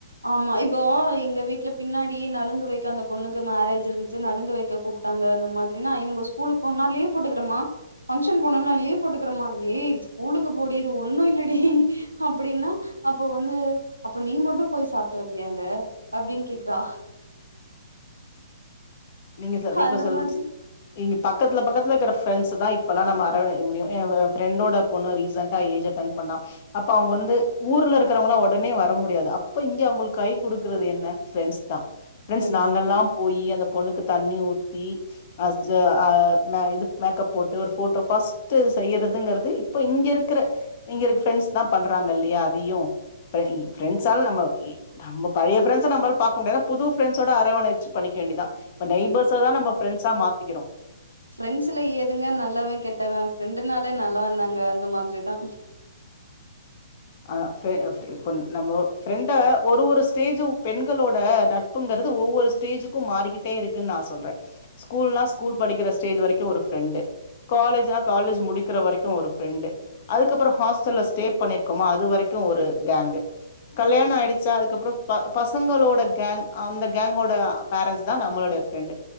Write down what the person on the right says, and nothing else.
ஆமா இப்போ எங்க வீட்ல பின்னாடி நலுங்கு வெக்கெ‌ அந்த பொண்ணுக்கு மேரேஜ் இருந்துச்சு நலுங்கு வெக்க கூப் கூப்ட்டாங்க அந்த மாதிரினா இவுங்க ஸ்கூலுக்கு போன்னா லீவ் போட்டுக்குறேமா ஃபங்க்ஷன் போணுல்ல லீவ் போட்டுக்கிறேமா ஏய் ஸ்கூலுக்கு போடி இது ஒன்னு இல்லடி அப்டின்னா அப்போ வந்து அப்ப நீ மட்டு போய் சாப்ட்டு வருவியா அங்க அப்டின் கேக்றா
அந்த
மாதிரி
ஃப்ரெண்ட்ஸ்
தா
ப்ரெண்ட்ஸ்ல ஏதுங்க நல்லவே கெட்டவே ஃப்ரெண்டுனாலே நல்லவே தாங்க அந்த மாதிரிதா